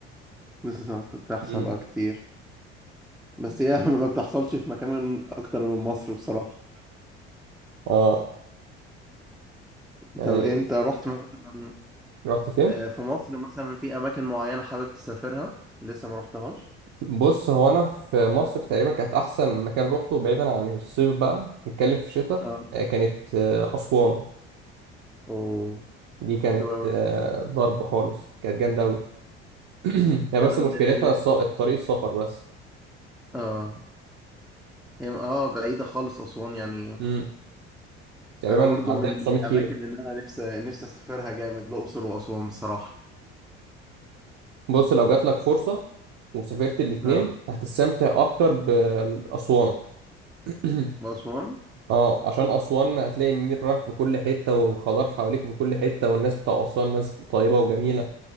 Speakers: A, in the centre; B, on the right.
A: بالظبط بتحصل
B: مم.
A: اه كتير بس هي <laughs> ما بتحصلش في مكان اكتر من مصر بصراحة
B: اه يعني
A: طب انت رحت مثلا
B: رحت فين
A: آه، في مصر مثلا في اماكن معينة حابب تسافرها لسه ما رحتهاش
B: بص هو انا في مصر تقريبا كانت احسن مكان روحته بعيدا عن الصيف بقى نتكلم في الشتاء
A: اه
B: آه، كانت آه، اسوان
A: اوه
B: دي كانت
A: حلو قوي
B: آه، ضرب خالص كانت جامده قوي <clears throat> هي
A: انا
B: بس
A: من
B: مشكلتها
A: ال
B: الص- الطريق السفر بس
A: اه هي اه بعيده خالص اسوان يعني
B: مم. تقريبا
A: انا برضو
B: عندها
A: من
B: 900
A: من الاماكن
B: كيلو
A: اللي انا نفسي نفسي اسافرها جامد الاقصر واسوان بصراحه
B: بص لو جات لك فرصه وسافرت الاتنين
A: اه
B: هتستمتع اكتر باسوان <clears throat>
A: واسوان
B: اه عشان اسوان هتلاقي النيل رايح في كل حته والخضار حواليك في كل حته والناس بتاع اسوان ناس طيبه وجميله